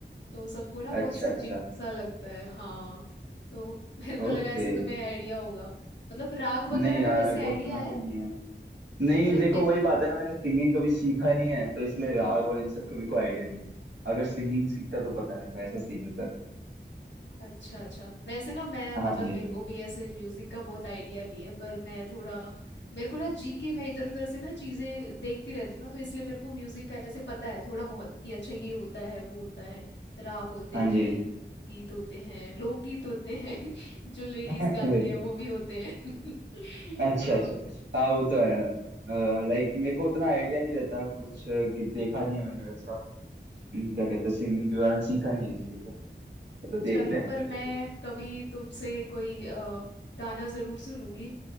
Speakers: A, on the left (about 75°); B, on the right (about 80°).
A: तो सबको ना बहुत
B: अच्छा
A: सूदिंग
B: अच्छा
A: सा लगता है हाँ तो मेरे को
B: ओके
A: लगा ऐसे तुम्हें आइडिया होगा मतलब राग
B: नहीं
A: वगैरह
B: यार
A: का वैसे
B: मेरे को
A: आइडिया
B: उतना
A: है
B: तो नहीं है नहीं
A: मतलब
B: देखो वही बात है ना मैंने सिंगिंग कभी सीखा नहीं है तो इसलिए राग और इन सब का मेरे को आइडिया नहीं है अगर सिंगिंग सीखता तो पता रहता ऐसा सीन रहता है।
A: अच्छा अच्छा वैसे ना मैं मतलब
B: हाँ जी
A: मेरे को भी ऐसे म्यूजिक का बहुत आइडिया नहीं है पर मैं थोड़ा मेरे को ना जीके मैं इधर उधर से ना चीजें देखती रहती हूँ ना तो इसलिए मेरे को म्यूजिक का ऐसे पता है थोड़ा बहुत कि अच्छा ये होता है वो होता है राग होते
B: हाँ
A: हैं
B: जी
A: गीत होते हैं लोकगीत होते हैं <laughs> जो लेडीज
B: <laughs>
A: गाती हैं वो भी होते हैं <laughs>
B: अच्छा
A: हाँ
B: अच्छा हाँ वो तो है लाइक मेरे को उतना आइडिया नहीं रहता कुछ अ, कि- देखा नहीं है मैंने वैसा हम्म, क्या कहते हैं सिंगिंग के बारे में सीखा नहीं है इसके लिए तो देखते
A: चलो
B: हैं
A: पर
B: जो
A: मैं
B: भी है
A: कभी तुमसे कोई अ, गाना जरूर सुनूंगी